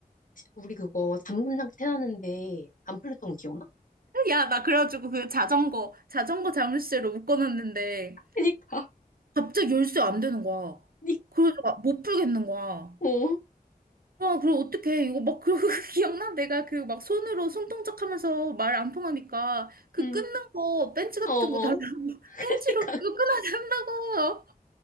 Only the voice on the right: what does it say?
야, 나 그래가지고 그 자전거, 자전거 자물쇠로 묶어놨는데
갑자기 열쇠 안 되는 거야.
그래서 막 못 풀겠는 거야.
아, 그럼 어떡해. 이거 막, 그러고 <laughs> 기억나? 내가 그 막 손으로 손동작 하면서 말 안 통하니까 그
끊는 거, 벤치 같은
거 달라고, <laughs>
벤치로 이거 끊어야 된다고.